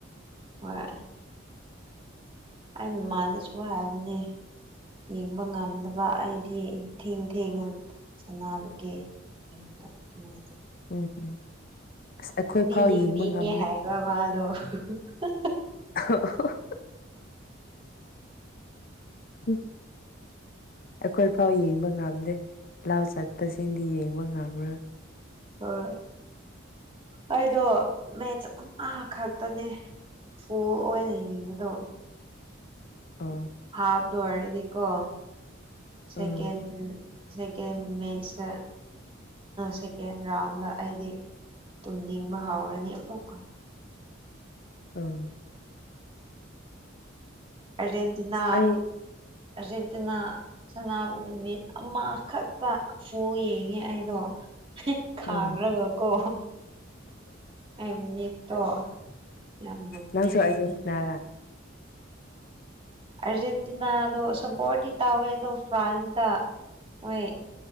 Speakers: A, on the right (about 30°); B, on the left (about 50°).
A: ꯍꯣꯏ ꯑꯩ ꯃꯥꯟꯅꯁꯨ ꯍꯥꯏꯕꯅꯦ ꯌꯦꯡꯕ ꯉꯝꯗꯕ ꯑꯩꯗꯤ ꯊꯦꯡ ꯊꯦꯡꯅ ꯁꯥꯟꯅꯥꯅꯕꯒꯤ <unintelligible>
B: ꯑꯝ ꯑꯝ ꯑꯁ ꯑꯩꯈꯣꯏ ꯐꯥꯎ
A: ꯌꯦꯡꯅꯤꯡꯉꯦ
B: ꯌꯦꯡꯕ ꯉꯝꯗꯦ
A: ꯍꯥꯏꯕ ꯃꯥꯗꯣ <unintelligible>
B: ꯑꯣ ꯍꯣ <unintelligible> <unintelligible> ꯑꯩꯈꯣꯏ ꯐꯥꯎ ꯌꯦꯡꯕ ꯉꯝꯗꯦ ꯂꯧ ꯆꯠꯄꯁꯤꯡꯗꯤ ꯌꯦꯡꯕ ꯉꯝꯔꯣꯏ
A: ꯍꯣꯏ ꯑꯩꯗꯣ ꯃꯦꯠꯁ ꯑꯃꯥꯈꯛꯇꯅꯦ ꯑꯣ ꯑꯣꯏꯅ ꯌꯦꯡꯕꯗꯣ
B: ꯑꯝ
A: ꯍꯥꯞ ꯂꯣꯏꯔꯗꯤꯀꯣ ꯁꯦꯀꯦꯟ
B: ꯎꯝ
A: ꯁꯦꯀꯦꯟ ꯃꯁꯦꯁꯇ ꯁꯦꯀꯦꯟ ꯔꯥꯎꯟꯗ ꯑꯩꯗꯤ ꯇꯨꯝꯅꯤꯡꯕ ꯍꯧꯔꯅꯤ ꯑꯃꯨꯛꯀ
B: ꯑꯝ
A: ꯑ꯭ꯔꯖꯦꯟꯇꯤꯅꯥ
B: ꯑꯁ ꯑꯩ
A: ꯑ꯭ꯔꯖꯦꯟꯇꯤꯅꯥ ꯁꯥꯟꯅꯕ ꯅꯨꯃꯤꯠ ꯑꯃꯥꯈꯛꯇ ꯕꯣꯜ ꯌꯦꯡꯉꯦ ꯑꯩꯗꯣ <unintelligible> ꯈꯥꯡꯔꯒ
B: ꯎꯝ
A: ꯀꯣ ꯑꯩ ꯃꯤꯠꯇꯣ ꯌꯥꯝ ꯅꯣꯛꯅꯤꯡꯕꯅꯦ
B: ꯅꯪꯁꯨ <unintelligible>
A: ꯑꯥꯔꯖꯦꯟꯇꯤꯅꯥꯗꯣ ꯁꯝꯄꯣꯔꯗꯤ ꯇꯥꯎꯋꯦ ꯑꯗꯣ ꯐ꯭ꯔꯥꯟꯁꯇ ꯃꯣꯏ